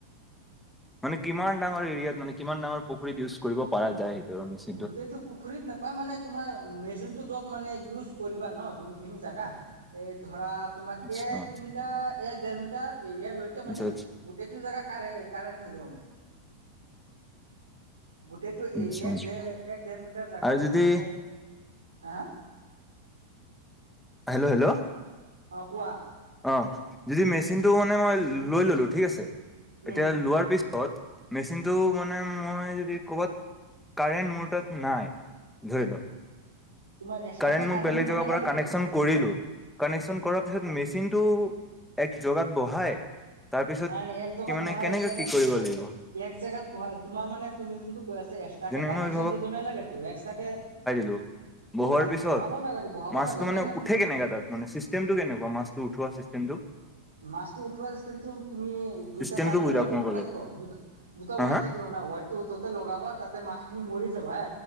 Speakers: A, in the centre; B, on the right.
A: মানে কিমান ডাঙৰ এৰিয়াত মানে কিমান ডাঙৰ পুখুৰীত ইউজ কৰিব প পৰা যায় সেইটো? মেচিনটো?
B: গোটটো পুখুৰীত নোপায় মানে তোমাৰ মেচিনতটো য'ত মানে ইউজ কৰিবা ন যোনখিনি জেগা এই ধৰা। তোমাৰ
A: আচ্ছা
B: এক মিটাৰ এক দেৰ মিটাৰ এৰিয়া লৈকে মানে
A: আচ্ছা
B: গোটেইটো জোগাাৰে কাৰেন্ট হৈ যায়। মানে। গোটটো
A: আচ্ছা
B: এই এক দেৰ এক দেৰ মিটাৰ জোগালৈকে
A: আৰু যদি
B: মানে, হা।
A: Hello hello.
B: অ, কোৱা?
A: অ, যদি মেচিনটো মানে মই লৈ ললো ঠিক আছে,
B: উম
A: এতিয়া লোৱাৰ পিছ ত, মেচিনটো মানে মই যদি ক'ৰবাত কাৰাৰেণ্ট মোৰ তাত নাই ধৰিল,
B: তোমাৰ এক্সট্ৰাকে
A: কাৰেং
B: কাৰেণ্ট
A: বেলেগ
B: দিব
A: জেগাত
B: নালাগেতো
A: পৰা কানেকশ্বন কৰিলোঁ । কানেকশ্বন কৰাৰ পিছত চিনটো এক জগাত বহাই তাৰপিছত
B: নাই
A: কি
B: নাই এক জেগাত
A: মানে
B: বহাই
A: কেনেকে
B: তেনে
A: কি কৰিব লাগিব?
B: এক জেগাত বা তোমাৰ মানে তুমি যোনটো কৈ আছ এক্সট্ৰাকে
A: যেনে
B: কানেকশ্যন
A: মই
B: দিব নালাগেতো। এক্সট্ৰাকে
A: ব, <inaudible> <unintelligible>
B: নাই
A: পিছত
B: বহাব নালাগে বহাব
A: মাছটো
B: নালাগে
A: মানে উঠে কেনে তাত মানে চিষ্টেমটো কেনেকুৱা মাছটো উঠোৱা ? চিষ্টেম টো।
B: মাছটো উঠোৱা চিষ্টেমটো তুমি দুটা
A: চিষ্টেমটো
B: টাৰ্মিল
A: বুজাওক
B: জুনটো
A: মোক অলপ
B: থাকিব দু দুটা
A: হা
B: ৱাৰ
A: হা
B: থাকিব ৱাৰটো টোটেল লগাব তাতে মাছখিনি মৰি যাব হা।